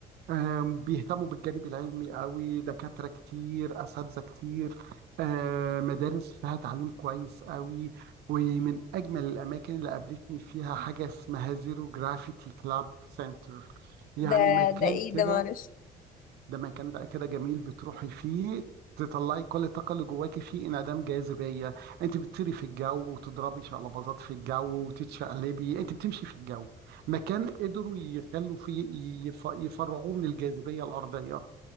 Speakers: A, on the right; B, on the left.
A: آم، بيهتموا بالجانب العلمي قوي دكاترة كتير أساتذة كتير آه، مدارس فيها تعليم كويس قوي ومن أجمل الأماكن اللي قابلتني فيها حاجة اسمها زيرو جرافيتي كلاب سنتر
B: ده
A: يعني مكان
B: ده ايه
A: كده
B: ده معلش
A: ده مكان بقى كده جميل بتروحي فيه تطلعي كل الطاقة اللي جواكي فيه انعدام جاذبية انت بتطيري في الجو وتضربي شقلباظات في الجو وتتشقلبي انت بتمشي في الجو مكان قدروا يخلوا فيه يف... يفرغوه من الجاذبية الأرضية